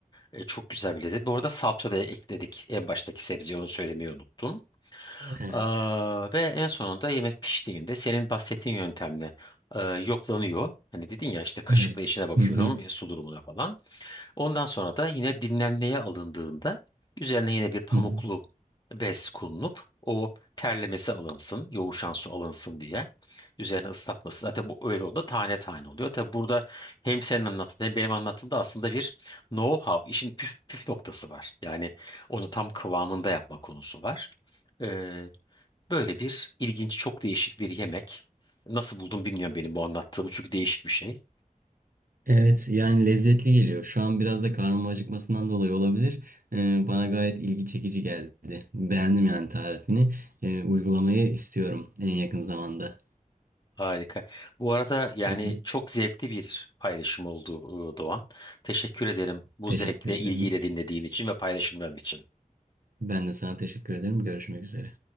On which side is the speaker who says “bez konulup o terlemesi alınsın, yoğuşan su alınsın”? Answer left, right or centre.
Left